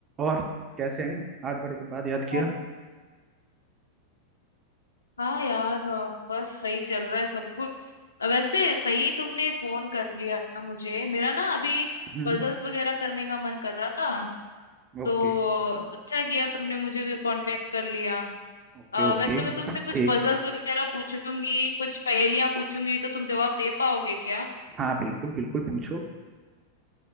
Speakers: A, on the right (about 25°); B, on the left (about 75°).
A: और कैसे हैं आज बड़े दिन बाद याद किया
B: हाँ हाँ यार अ, बस सही चल रहा है सब कुछ अ, वैसे सही तुमने फोन कर लिया मुझे मेरा ना अभी
A: हम्म
B: पजल्स वगैरह करने का मन कर रहा था
A: Okay
B: तो अच्छा किया तुमने मुझे कांटेक्ट कर लिया
A: okay
B: अ,
A: ओके
B: वैसे मैं तुमसे
A: ठीक
B: कुछ पजल्स वगैरह पूछूंगी कुछ पहेलियां पूछूंगी तो तुम जवाब दे पाओगे क्या
A: हाँ बिल्कुल बिल्कुल पूछो